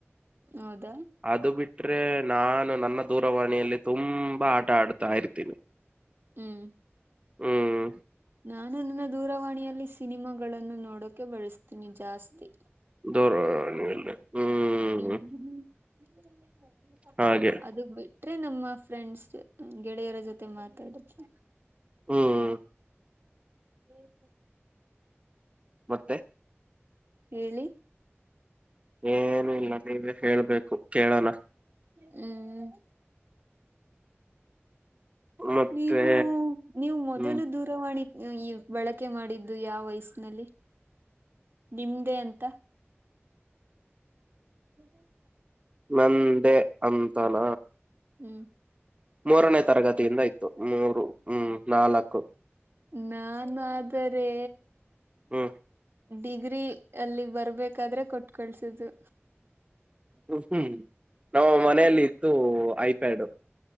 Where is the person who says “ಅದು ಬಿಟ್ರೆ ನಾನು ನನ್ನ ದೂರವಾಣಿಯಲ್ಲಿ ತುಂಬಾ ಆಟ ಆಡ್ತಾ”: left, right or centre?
Right